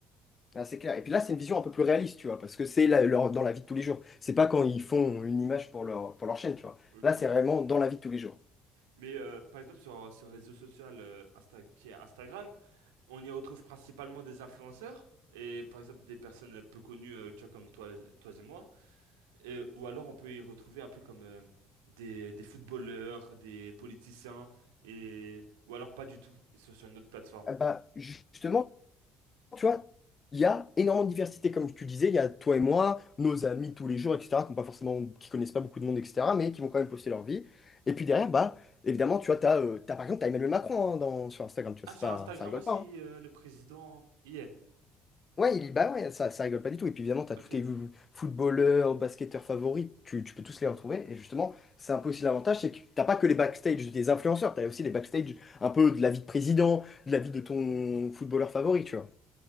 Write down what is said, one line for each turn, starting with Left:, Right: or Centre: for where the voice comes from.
Left: Ah, c'est clair. Et puis là, c'est une vision un peu plus réaliste, tu vois, parce que c'est la- leur- dans la vie de tous les jours. C'est pas quand ils font une image pour leur, pour leur chaîne, tu vois.
Right: Ok.
Left: Là, c'est vraiment dans la vie de tous les jours.
Right: Mais euh, par exemple, sur ce réseau social euh, Insta- qui est Instagram, on y retrouve principalement des influenceurs et par exemple des personnes peu connues, euh, tu vois, comme toi, toi et moi. Et- ou alors on peut y retrouver un peu comme euh, des, des footballeurs, des politiciens, et ou alors pas du tout. Ils sont sur une autre plateforme.
Left: Ah Bah, ju- justement, tu vois, il y a énormément de diversité, comme tu disais. Il y a toi et moi, nos amis de tous les jours, etc., qui ont pas forcément, qui connaissent pas beaucoup de monde, etc., mais qui vont quand même poster leur vie. Et puis derrière, bah, évidemment, tu vois, t'as, euh, t'as, par exemple, t'as Emmanuel Macron hein, dans, sur Instagram, tu vois,
Right: Ah,
Left: c'est
Right: sur
Left: pas,
Right: Instagram
Left: ça rigole
Right: aussi,
Left: pas. hein.
Right: euh, le président. y est.
Left: Ouais, il, bah ouais, ça, ça rigole pas du tout. Et puis évidemment, t'as
Right: Ok.
Left: tous tes footballeurs, basketteurs favoris, tu, tu peux tous les retrouver. Et justement, c'est un peu aussi l'avantage, c'est que t'as pas que les backstage des influenceurs, t'as aussi les backstage un peu de la vie de président, de la vie de ton footballeur favori, tu vois.